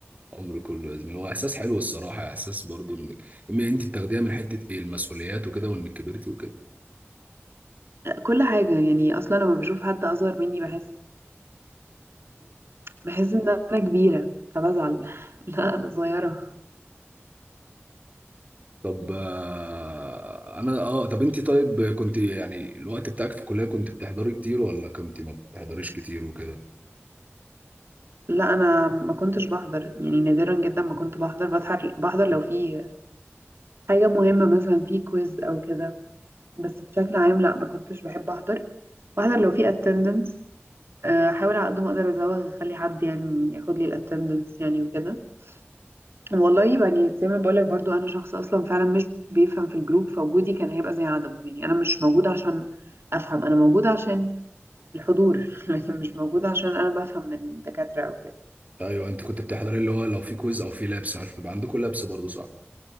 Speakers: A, on the right; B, on the right.
A: عمري كله يا زميلي هو احساس حلو الصراحه احساس برضو انك إما انت بتاخديها من حته ايه المسؤوليات وكده وانك كبرتي وكده
B: كل حاجة يعني أصلا لما بشوف حد أصغر مني بحس بحس إن أنا كبيرة فبزعل <laughs> لا أنا صغيرة
A: طب آه، انا اه طب انت طيب كنت يعني الوقت بتاعك في الكليه كنت بتحضري كتير ولا كنت ما بتحضريش كتير وكده
B: لا انا ما كنتش بحضر يعني نادرا جدا ما كنت بحضر بحضر بحضر لو في حاجه مهمه مثلا في كويز او كده بس بشكل عام لا ما كنتش بحب احضر بحضر لو في اتندنس احاول على قد ما اقدر ازوغ اخلي حد يعني ياخد لي الاتندنس يعني وكده والله يعني زي ما بقولك برضو انا شخص اصلا فعلا مش بيفهم في الجروب فوجودي كان هيبقى زي عدمه يعني انا مش موجوده عشان افهم انا موجوده عشان الحضور <laughs> لكن مش موجوده عشان انا بفهم من دكاتره او كده
A: ايوه انت كنت بتحضري اللي هو لو في كويز او في لابس عارف بيبقى عندكم لابس برضو صح